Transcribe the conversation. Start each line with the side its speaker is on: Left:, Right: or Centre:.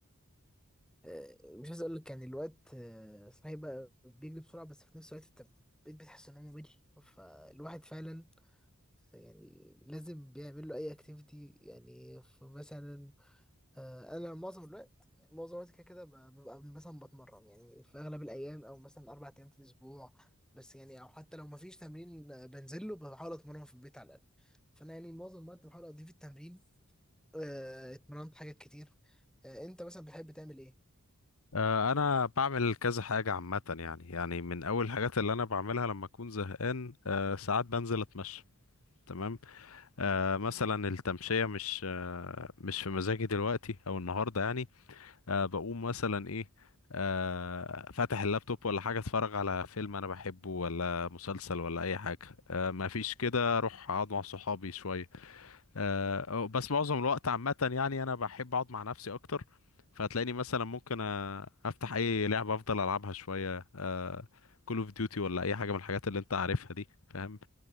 Centre: آه، مش عايز اقول لك يعني الوقت آه، صحيح بقى بيجري بسرعه بس في نفس الوقت انت بقيت بتحس ان هو ممل فالواحد فعلا يعني لازم بيعمل له اي اكتيفيتي يعني فمثلا آه، انا معظم الوقت معظم الوقت كده كده ب- ببقى مثلا بتمرن يعني في اغلب الايام او مثلا اربع ايام في الاسبوع بس يعني او حتى لو مفيش تمرين آه، بنزل له بحاول اتمرن في البيت على الاقل فانا يعني معظم الوقت بحاول اضيف التمرين آه، اتمرنت حاجات كتير آه، انت مثلا بتحب تعمل ايه؟
Left: آه، انا بعمل كذا حاجة عامة يعني يعني من اول الحاجات اللي انا بعملها لما اكون زهقان آه، ساعات بنزل اتمشى تمام آه مثلا التمشية مش آه مش في مزاجي دلوقتي او النهاردة يعني أه بقوم مثلا ايه أه فاتح اللابتوب ولا حاجة اتفرج على فيلم انا بحبه ولا مسلسل ولا اي حاجة أه ما فيش كده اروح اقعد مع صحابي شوية أه أو- بس معظم الوقت عامة يعني انا بحب اقعد مع نفسي اكتر فهتلاقيني مثلا ممكن آه، افتح اي لعبة افضل العبها شوية كول اوف ديوتي ولا اي حاجة من الحاجات اللي انت عارفها دي فاهم